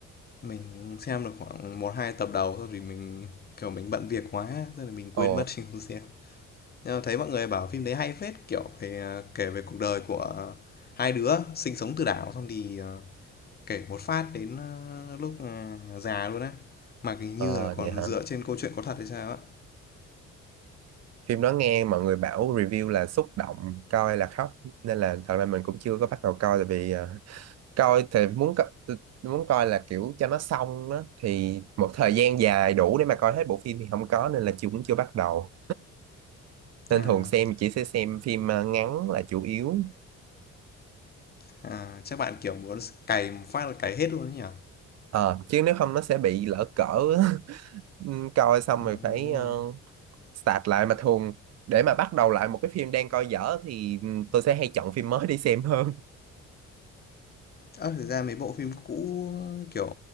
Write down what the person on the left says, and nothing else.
mình xem được khoảng một hai tập đầu thôi thì mình kiểu mình bận việc quá, thế là mình quên
mất <laughs> mình không xem. Nhưng mà thấy mọi người bảo phim đấy hay phết, kiểu về à, kể về cuộc đời của hai đứa sinh sống từ đảo xong thì à, kể một phát đến à, lúc à, già luôn á. Mà hình
như là còn
dựa trên câu chuyện có thật hay sao á.
À,
À, chắc bạn kiểu muốn cày một phát là cày hết luôn đấy nhỉ?
Ờ,
đúng
rồi.
Ơ, thực ra mấy bộ phim cũ, kiểu,